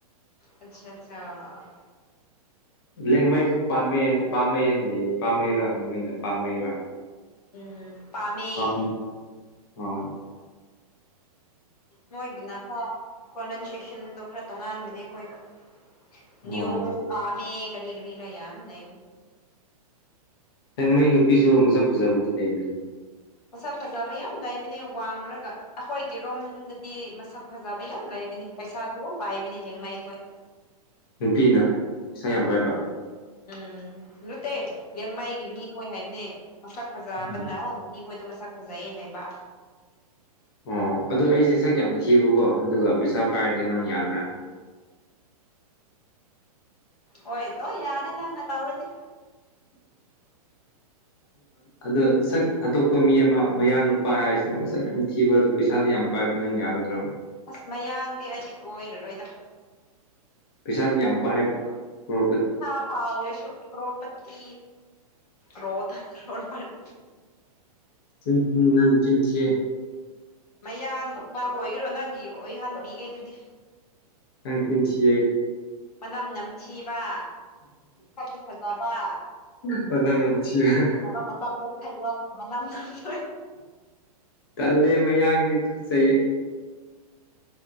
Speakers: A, on the left (about 80°); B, on the left (about 40°).
A: ꯑꯆꯥ ꯑꯆꯥ
B: ꯂꯦꯡꯃꯩꯁꯨ ꯄꯥꯟꯕꯩ ꯄꯥꯝꯕꯩ ꯌꯥꯗꯤ ꯄꯥꯝꯃꯩꯔꯥ ꯅꯤꯡꯃꯩꯅ ꯄꯥꯟꯕꯩꯔꯥ
A: ꯎꯝ ꯄꯥꯝꯃꯦ
B: ꯑ ꯍꯣꯏ
A: ꯃꯣꯏꯒꯤꯅ ꯄ꯭ꯔꯣꯅꯟꯁꯤꯌꯦꯁꯟꯗꯣ ꯈꯔ ꯇꯣꯉꯥꯟꯕꯅꯦ ꯑꯩꯈꯣꯏꯗ ꯅꯅꯤꯌꯨꯃꯦ
B: ꯑꯣ
A: ꯄꯥꯃꯦ ꯀꯔꯤ ꯀꯔꯤ ꯇ ꯌꯥ ꯅ
B: ꯍꯡ ꯃꯩ ꯅꯨꯄꯤꯁꯨ ꯃꯁꯛ ꯐꯖꯕꯗꯤ ꯂꯩꯅꯤꯅꯤ
A: ꯃꯁꯛ ꯐꯖꯕ ꯌꯥꯝ ꯂꯩꯕꯅꯤ ꯋꯥꯡꯡꯂꯒ ꯑꯩꯈꯣꯏꯒꯤ ꯔꯣꯝꯗꯗꯤ ꯃꯁꯛ ꯐꯖꯕ ꯌꯥꯝ ꯂꯩꯕꯅꯤ ꯄꯩꯁꯥꯁꯤꯒꯝ ꯄꯥꯏꯕꯅꯤ ꯅꯤꯡꯃ ꯑꯩꯈꯣꯏ
B: ꯅꯨꯄꯤꯅ ꯄꯩꯁꯥ ꯌꯥꯝ ꯄꯥꯏꯕ
A: ꯎꯝ ꯎꯝ ꯂꯠꯇꯦ ꯌꯦꯦꯡꯃꯥꯏꯒꯤ ꯃꯤ ꯍꯣꯏ ꯍꯥꯏꯕꯅꯦ ꯃꯁꯛ ꯐꯖꯕꯅ
B: ꯎꯝ.
A: ꯅꯨꯄꯤꯈꯣꯏꯗ ꯃꯁꯛ ꯐꯖꯩ ꯍꯥꯏꯕ
B: ꯑꯣ ꯑꯗꯨꯗꯣ ꯑꯩꯁꯦ ꯁꯛ ꯌꯥꯝ ꯊꯤꯌꯨꯀꯣ ꯑꯗꯨꯒ ꯄꯩꯁꯥ ꯄꯥꯏꯔꯗꯤ ꯅꯪ ꯌꯥꯒ꯭ꯔꯥ
A: ꯍꯂꯣ ꯌꯥꯔꯦ ꯂꯅꯥꯅ ꯇꯧꯔꯗꯤ
B: ꯑꯗ ꯁꯛ ꯑꯇꯣꯞꯄ ꯃꯤ ꯑꯃ ꯃꯌꯥꯡ ꯅꯨꯄꯥ ꯍꯥꯏꯔꯤꯁꯤꯅ ꯃꯁꯛ ꯌꯥꯝ ꯊꯤꯕ ꯑꯗꯨꯣ ꯄꯩꯁꯥꯗꯤ ꯌꯥꯝ ꯄꯥꯏꯕ ꯅꯪ ꯌꯥꯒꯗ꯭ꯔꯕ
A: ꯑꯁ ꯃꯌꯥꯡꯗꯤ ꯑꯩꯗꯤ ꯀꯣꯏꯔꯔꯣꯏꯗ
B: ꯄꯩꯁꯥꯗꯤ ꯌꯥꯝ ꯄꯥꯏꯕ ꯀꯣꯔ
A: ꯍꯥ ꯄꯁꯨꯣꯄ <inaudible> ꯇ ꯔꯣ ꯇꯣ ꯄ <inaudible>
B: ꯆꯟꯁꯤꯦ <inaudible>
A: ꯃꯌꯥꯡ ꯑꯣꯏꯈꯔꯣ ꯅꯪꯒꯤ ꯑꯣꯏꯍꯟꯕꯤꯒꯦ ꯑꯗꯨꯗꯤ
B: ꯀꯪꯀꯤꯜꯁꯤ
A: ꯃꯅꯝ ꯅꯝꯊꯤꯕ ꯁꯛꯇꯤ ꯐꯖꯕ
B: ꯇꯤ ꯅꯅꯝꯁꯤ ꯀ
A: ꯄꯨꯟꯅꯕ ꯃꯇꯝꯗ ꯈꯥꯏꯗꯣꯛꯅ ꯃꯅꯝ ꯅꯝꯊꯤꯕ
B: ꯇꯜꯂꯦ ꯃꯌꯥꯡꯒꯤꯨ ꯆꯌꯦ